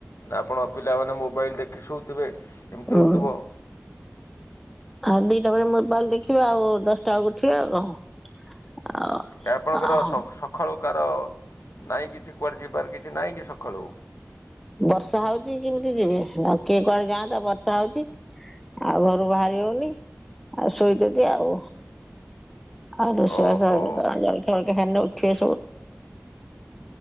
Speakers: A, on the left; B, in the centre.
A: ଆପଣଙ୍କ ପିଲାମାନେ ମୋବାଇଲ ଦେଖି ଶଉଥିବେ ଏମିତି
B: ହୁଁ
A: ହେଉଥିବ।
B: ଆଉ ଦିଟା ବେଳେ ମୋବାଇଲ ଦେଖିବା ଆଉ ଦଶଟା ବେଳକୁ ଉଠିବା ଆଉ କଣ ଆଉ
A: ଏ ଆପଣଙ୍କର
B: ଆଉ
A: ସବୁ ସକାଳୁ କାର ନାଇଁ କିଛି କୁଆଡ଼େ ଯିବାର କିଛି ନାହିଁ କି ସକାଳୁ?
B: ବର୍ଷା ହଉଛି କିମିତି ଯିବେ ଆଉ କିଏ କୁଆଡେ ଯାଆନ୍ତା ବର୍ଷା ହଉଛି। ଆଉ ଘରୁ ବାହାରି ହଉନି ଆଉ ଶୋଇଛନ୍ତି ଆଉ। ଆଉ ରୋଷେଇବାସ
A: ଓହୋ
B: <unintelligible> ଉଠିବେ